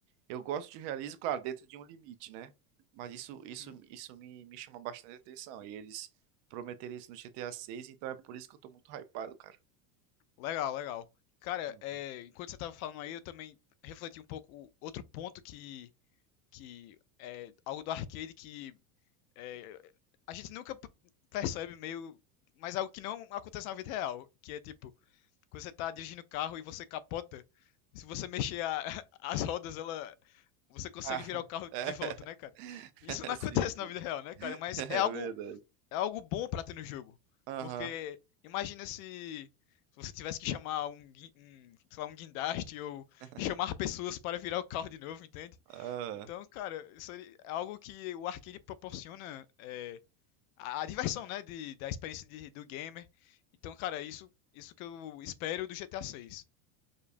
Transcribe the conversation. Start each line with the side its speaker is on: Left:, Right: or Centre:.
Right: Eu gosto de realismo, claro, dentro de um limite, né? Mas isso, isso,
Left: Uhum.
Right: isso me, me chama bastante atenção. E eles prometeram isso no GTA 6, então é por isso que eu tô muito hypado, cara.
Left: Legal, legal. Cara,
Right: Uhum.
Left: é, enquanto você tava falando aí, eu também refleti um pouco outro ponto que, que é algo do arcade que é, a gente nunca p- percebe meio, mas algo que não acontece na vida real, que é tipo, Quando você tá dirigindo o carro e você capota, se você mexer a- <laughs> as rodas, ela você consegue
Right: Ah,
Left: virar o carro
Right: <laughs>
Left: de
Right: é.
Left: volta, né, cara?
Right: <laughs>
Left: Isso não
Right: Sim,
Left: <laughs> acontece
Right: sim.
Left: na vida real, né,
Right: <laughs>
Left: cara? Mas
Right: É
Left: é algo
Right: verdade.
Left: é algo bom pra ter no jogo,
Right: Aham.
Left: porque imagina se você tivesse que chamar um, gui- um, sei lá, um guindaste ou
Right: <laughs>
Left: chamar pessoas para virar o carro de novo, entende?
Right: Aham.
Left: Então, cara, isso aí é algo que o arcade proporciona é, a, a diversão, né, de, da experiência de- do gamer. Então, cara, isso, isso que eu espero do GTA 6.